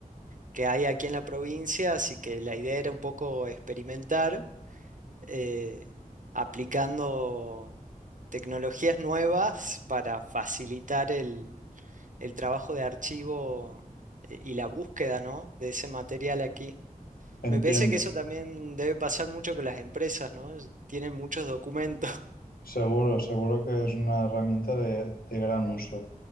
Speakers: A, on the right; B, on the left.
A: que hay aquí en la provincia, así que la idea era un poco experimentar eh, aplicando tecnologías nuevas para facilitar el, el trabajo de archivo eh, y la búsqueda, ¿no? de ese material aquí.
B: Entiendo,
A: Me parece que eso también debe pasar mucho con las empresas, ¿no? Es- Tienen muchos documentos. <laughs>
B: seguro, seguro que es una herramienta de, de gran uso.